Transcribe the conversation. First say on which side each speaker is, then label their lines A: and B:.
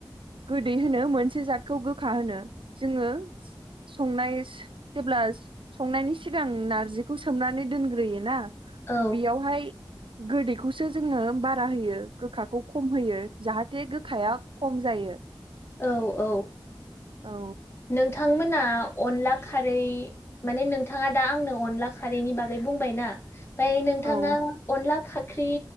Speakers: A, on the right; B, on the left.
A: गोदै होनो मोनसे जातखौ गोखा होनो। जोङो संनायस जेब्ला संनायनि सिगां नारजिखौ सोमनानै दोनग्रोयोना
B: औ
A: बियावहाय गोदैखौसो जोङो बारा होयो गोखाखौ खम होयो जाहाथे गोखाया खम जायो।
B: औ-औ
A: औ
B: नोंथांमोना अनला खारै माने नोंथाङा दा आंनो अनला खारैनि बागै बुंबाय ना। ओमफ्राय नोंथाङा
A: औ
B: अनला फाख्रि